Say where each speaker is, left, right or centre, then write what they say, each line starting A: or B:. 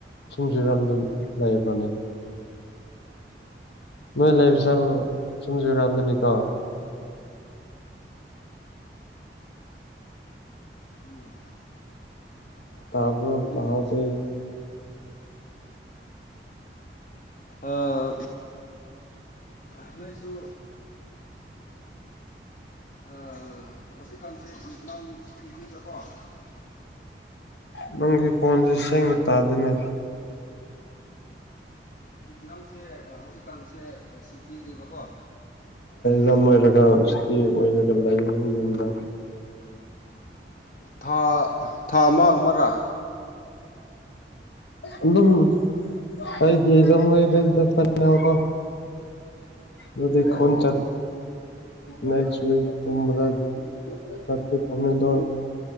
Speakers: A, on the left; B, on the left.
A: ꯁꯨꯝꯁꯤꯔꯝꯗ ꯂꯩꯥꯕꯅꯦ ꯅꯣꯏ
B: ꯑꯗꯣ
A: ꯂꯩꯕꯁꯦ ꯁꯨꯝ ꯁꯨꯔꯝꯗꯅꯤꯀꯣ
B: ꯎꯝ
A: ꯇꯥꯕꯔꯣ ꯇꯥꯍꯧꯗꯦ
B: ꯑꯥ ꯑꯩꯈꯣꯏꯁꯨ ꯑꯥ <unintelligible>
A: ꯅꯪꯒꯤ ꯀꯣꯟꯁꯦ ꯁꯦꯡꯅ ꯇꯥꯗꯅꯦ
B: ꯐꯤꯂꯝꯁꯦ ꯍꯧꯖꯤꯛꯀꯥꯟꯁꯦ ꯁꯨꯇꯤꯅꯦꯕꯀꯣ
A: ꯂꯝ ꯑꯣꯏꯔꯒ ꯁꯤꯇꯤ ꯑꯣꯏꯔꯒ ꯂꯩꯌꯦ ꯌꯨꯝꯗ
B: ꯊꯥ ꯊꯥ ꯑꯃꯒꯨꯝ ꯃꯔꯥ
A: ꯑꯗꯨꯝ <unintelligible> ꯑꯗꯨꯗꯤ ꯈꯨꯟ
B: ꯑꯣ
A: ꯆꯠ ꯅꯦꯛꯁ ꯋꯤꯛ ꯀꯨꯝꯕꯗ ꯆꯠꯀꯦ ꯇꯧꯅꯤꯗꯣ